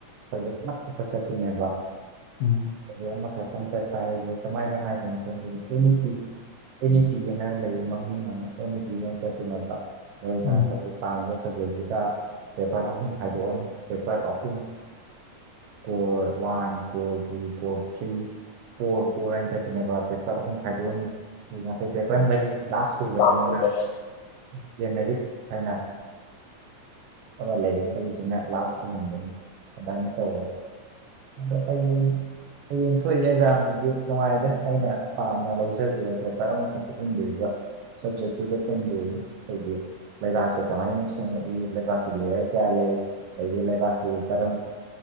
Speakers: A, on the right; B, on the left.
A: ꯁꯕꯖꯦꯛ ꯑꯃꯈꯛꯇ ꯆꯠꯇꯠꯇꯅꯦꯕ
B: ꯎꯝ
A: ꯑꯗꯨ ꯑꯃ ꯈꯔ ꯈꯤꯪ ꯆꯠꯄ ꯍꯥꯏꯁꯦ ꯀꯃꯥꯏꯅ ꯍꯥꯏꯒꯦ ꯑꯦꯅꯤꯤ ꯑꯦꯅꯤꯇꯤ ꯑꯅ ꯂꯩꯌꯦ ꯃꯃꯤꯡ ꯑꯃ ꯕꯟ ꯆꯠꯇꯅꯠꯇ ꯑꯩ
B: ꯎꯝ
A: ꯃꯥꯁ ꯄꯥꯡ ꯁꯕꯖꯦꯛꯁꯤꯗ ꯄꯦꯄꯔ ꯑꯍꯨꯝ ꯈꯥꯏꯗꯣꯛꯑꯅꯤ ꯄꯦꯄꯔ ꯑꯍꯨꯝ core one core two core three core core ꯍꯥꯏꯅ ꯆꯠꯇꯅꯦꯕ ꯄꯦꯄꯔ ꯑꯍꯨꯝ ꯈꯥꯏꯗꯣꯛꯑꯅꯤ ꯑꯗꯨ ꯉꯁꯥꯏ ꯄꯦꯄꯔ ꯃꯔꯤ ꯂꯥꯁ ꯁꯨꯕꯁꯤꯅꯅ
B: ꯑꯣ
A: ꯖꯦꯅꯔꯤ ꯍꯥꯏꯅ ꯑꯃ ꯂꯩꯌꯦ ꯑꯗꯨꯁꯤꯅ ꯂꯥꯁ ꯑꯣꯏꯍꯟꯗꯨꯅꯤ ꯑꯗꯨꯃꯥꯏꯅ ꯇꯧꯋꯦ ꯑꯗꯣ ꯍꯌꯦꯡ ꯍꯌꯦꯡ ꯊꯣꯛꯏ ꯑꯦꯛꯖꯥꯝꯗꯨꯗꯤ ꯅꯨꯡꯉꯥꯏꯗꯦ ꯑꯩꯅ ꯄꯥꯝꯅ ꯂꯧꯖꯕꯤꯕ ꯄꯦꯄꯔ ꯑꯃꯈꯛꯇ ꯎꯟꯕꯤꯔꯤꯕ ꯁꯞꯖꯦꯛꯇꯨꯗ ꯆꯟꯅ ꯍꯥꯏ ꯂꯩꯕꯁꯦ ꯇꯥꯏ ꯅ ꯏ ꯂꯩꯦꯛ ꯀꯥꯛꯄꯤꯂꯦ ꯀꯌꯥ ꯂꯩ ꯑꯗꯒꯤ ꯂꯩꯕꯥꯛꯀꯤ ꯀꯔꯝ